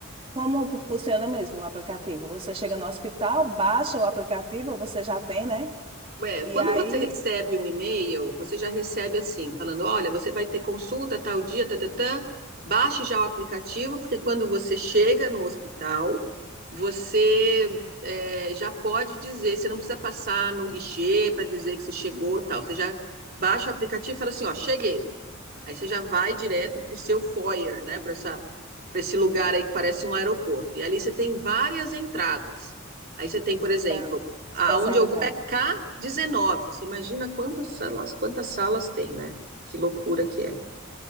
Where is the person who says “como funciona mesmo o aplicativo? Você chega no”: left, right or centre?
Right